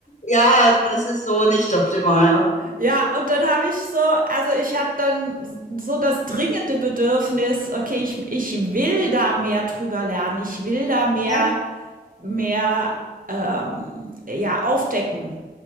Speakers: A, on the left; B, on the right.
A: ja, das ist so nicht optimal.
B: Ja, und dann habe ich so, also ich hatte dann so das dringende Bedürfnis, okay, ich, ich will da mehr drüber lernen, ich will da mehr,
A: Ja,
B: mehr ähm, ja, aufdecken.